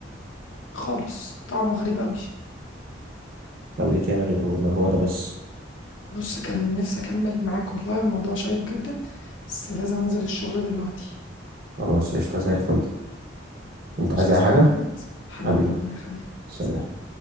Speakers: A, on the left; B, on the right.
A: خالص طعمه غريب أوي
B: طب إيه تاني غيره ولا هو ده بس
A: بص كان نفسي أكمل معاك والله الموضوع شيق جدا بس لازم أنزل الشغل دلوقتي
B: خلاص قشطة زي الفل أنت عايز
A: مش عايز
B: أي حاجة
A: حاجة يا أبو حميد حبيبي
B: حبيبي
A: ربنا يخليك
B: سلام
A: سلام.